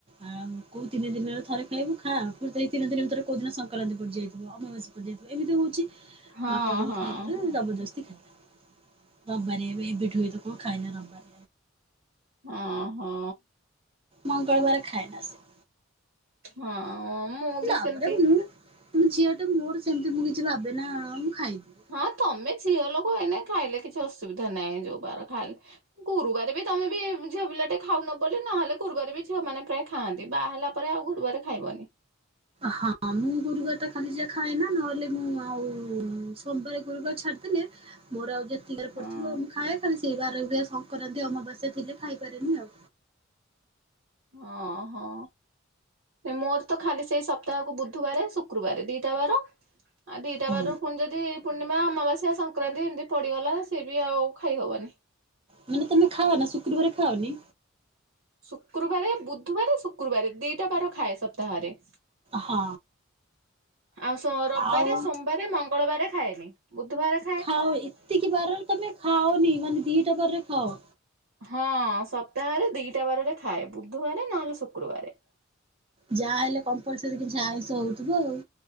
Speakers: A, on the right; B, on the right.
A: ଆଉ କୋଉ ତିନି ଦିନରେ ଥରେ ଖାଇବୁ ଖା ଫୁଣୀ ତିନି ଦିନ ଭିତରେ କୋଉ ଦିନ ସଂକ୍ରାନ୍ତି ପଡିଯାଇଥିବ ଅମାବାଶ୍ୟା ଏମିତି ହୋଉଚି
B: ହଁ
A: ବାପା କହିଲେ
B: ହଁ।
A: ଖାଇବାର ଜବରଦସ୍ତି ଖାଇଲା ରବବାରିଆ <unintelligible> ଖାଇଲା ରବବାରେ।
B: ଅଁ ହଁ
A: ମଙ୍ଗଳବାରେ ଖାଏନା ସେ।
B: ହଁ ମୁଁ ବି
A: ତାପରେ
B: ସେମିତି
A: ମୁଁ ମୁଁ ଝିଅଟେ ମୋର ସେମିତି ମୁଁ କିଛି ଭାବେନା ମୁଁ ଖାଇଦି
B: ହଁ ତମେ ଝିଅ ଲୋକ ଏଇନେ ଖାଇଲେ କିଛି ଅସୁବିଧା ନାଇଁ ଯୋଉବାର ଖାଇଲେ। ଗୁରୁବାରେ ବି ତମେ ବି ଝିଅ ପିଲାଟେ ଖାଉନ ବୋଲି ନହେଲେ ଗୁରୁବାର ବି ଝିଅ ମାନେ ପ୍ରାୟେ ଖାଆନ୍ତି ବାହା ହେଲା ତାପରେ ଆଉ ଗୁରୁବାରେ ଖାଇବନି।
A: ହଁ ମୁଁ ଗୁରୁବାର ଟା ଖାଲି ଯା ଖାଏନା ନହେଲେ ମୁଁ ଆଉ ସୋମବାର ଗୁରୁବାରେ ଛାଡ଼ିଦେଲେ ମୋର ଆଉ ଯେତିକିବାର
B: ହଁ
A: ପଡିଥିବ ମୁଁ ଖାଏ ଖାଲି ସେଇ ବାର ସଂକ୍ରାନ୍ତି ଅମାବାସ୍ୟା ଥିଲେ ଖାଇପାରେନି ଆଉ।
B: ଅ ହଁ। ମୋର ତ ଖାଲି ସେଇ ସପ୍ତାହକୁ ବୁଧୁବାରେ ଶୁକ୍ରୁ ବାରେ ଦିଟା ବାର। ଆ ଦିଇଟା
A: ହୁଁ
B: ବାରରୁଫୁଣି ଯଦିପୂର୍ଣ୍ଣିମା ଅମାବାସ୍ୟା ସଂକ୍ରାନ୍ତି ଏମିତି ପଡ଼ିଗଲା ସିଏ ବି ଆଉ ଖାଇ ହବନି।
A: ମାନେ ତମେ ଖାଅନା ଶୁକ୍ରୁବାରେ ଖାଅନି?
B: ଶୁକ୍ରୁବାରେ ବୁଧୁବାରେ ଶୁକ୍ରୁବାରେ ଦିଇଟା ବାର ଖାଏ ସପ୍ତାହରେ।
A: ହଁ।
B: ଆଉ ଶୋ ରବବାରେ
A: ଆଉ
B: ସୋମବାରେ ମଙ୍ଗଳବାରେ ଖାଏନି ବୁଧୁବାରେ
A: ଖାଅ ଏତିକି ବାରରେ ତମେ ଖାଅନି ମାନେ ଦିଇଟା ବାରରେ ଖାଅ।
B: ହଁ ସପ୍ତାହରେ ଦିଇଟା ବାରରେ ଖାଏ ବୁଧୁବାରେ ନହେଲେ ଶୁକ୍ରୁବାରେ।
A: ଯାହା ହେଲେ କମ୍ପଲସରି କିଛି ଆଇଁସ ହୋଉଥିବ ଆଉ।